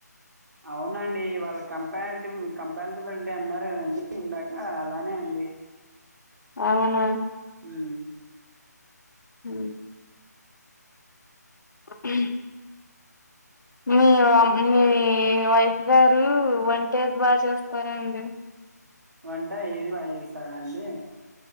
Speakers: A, on the right; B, on the left.
A: అవునండి. వాళ్ళ కంపరీటి కంపారిటిబులిటీ అన్నారు. కదండి ఇందాక ఆ అలానే అండి
B: అవునా
A: హ్మ్
B: హ్మ్ అ మీ ఆమ్ మీ వైఫ్ గారు వంట ఏది బాగా చేస్తారండి.
A: వంట ఏది బాగా చేస్తార యే